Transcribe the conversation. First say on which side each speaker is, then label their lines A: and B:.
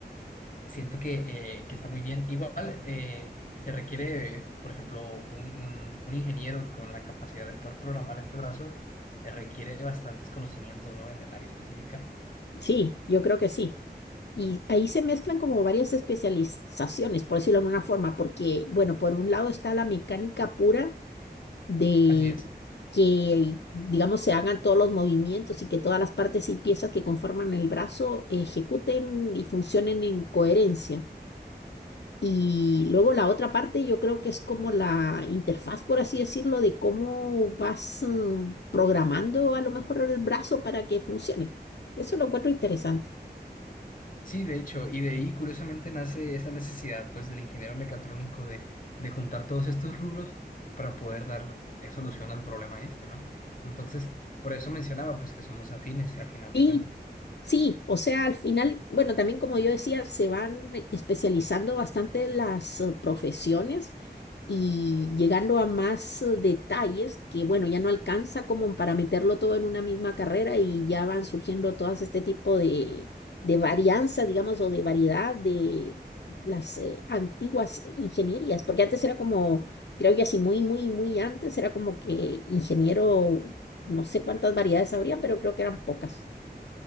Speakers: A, on the left; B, on the left.
A: Siento que, eh, que está muy bien. Igual eh, se requiere, eh, por ejemplo, un, un- un ingeniero con la capacidad de poder programar este brazo, eh, requiere bastantes conocimientos, ¿no? En el área específica.
B: sí, yo creo que sí. Y ahí se mezclan como varias especializaciones, por decirlo de alguna forma, porque, bueno, por un lado está la mecánica pura de
A: Así es.
B: que, digamos, se hagan todos los movimientos y que todas las partes y piezas que conforman el brazo ejecuten y funcionen en coherencia. Y luego la otra parte yo creo que es como la interfaz, por así decirlo, de cómo vas mm, programando a lo mejor el brazo para que funcione. Eso lo encuentro interesante.
A: Sí, de hecho, y de ahí curiosamente nace esa necesidad, pues, del ingeniero mecatrónico de, de juntar todos estos rubros para poder dar eh, solución al problema este, ¿no? Entonces, por eso mencionaba, pues, que somos afines al final
B: Sí,
A: de cuentas.
B: sí, o sea, al final, bueno, también como yo decía, se van especializando bastante las eh, profesiones y llegando a más eh, detalles que, bueno, ya no alcanza como para meterlo todo en una misma carrera y ya van surgiendo todas este tipo de, de varianzas, digamos, o de variedad de las eh, antiguas ingenierías, porque antes era como, creo que así muy, muy, muy antes era como que ingeniero, no sé cuántas variedades habría, pero creo que eran pocas.